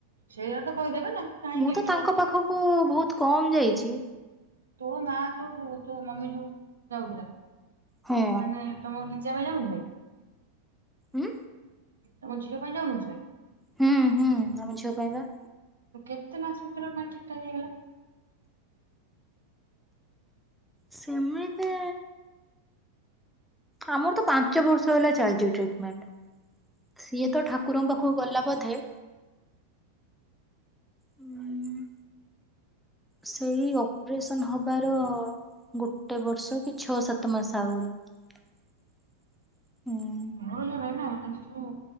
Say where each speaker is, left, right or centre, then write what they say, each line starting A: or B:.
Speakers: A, on the right; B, in the centre.
A: ସେଇଆ ତ କହିଦେବେ ନା। କାହିଁକି
B: ମୁଁ
A: ଏମିତି
B: ତ ତାଙ୍କ
A: ହଉଛି
B: ପାଖକୁ ବହୁତ କମ୍ ଯାଇଛି।
A: ତୋ ମା ଯୋଉ ତୋ ମମି ଯୋଉ ଯାଉଥିଲା
B: ହଁ।
A: ମାନେ ତମ ଲିଜା ପାଇଁ ଯାଉନଥିଲେ।
B: ଉଁ
A: କି ତମ ଝିଅ ପାଇଁ ଯାଉନଥିଲେ?
B: ହୁଁ ହୁଁ ଆମ ଝିଅ ପାଇଁ ବା।
A: ତ କେତେ ମାସ ଭିତରେ ନା ଠିକ୍ ଠାକ୍ ହେଇଗଲା।
B: ସେମିତି ଆମର ତ ପାଞ୍ଚ ବର୍ଷ ହେଲା ଚାଲିଛି ଟ୍ରିଟମେଣ୍ଟ। ସିଏ ତ ଠାକୁରଙ୍କ ପାଖକୁ ଗଲା ବୋଧେ ଉଁ ସେଇ ଅପରେସନ ହବାର ଗୋଟେ ବର୍ଷ କି ଛଅ ସାତ ମାସ ଆଗରୁ ହୁଁ।
A: ମ ନାଇ ନା ଆଜି ତୁ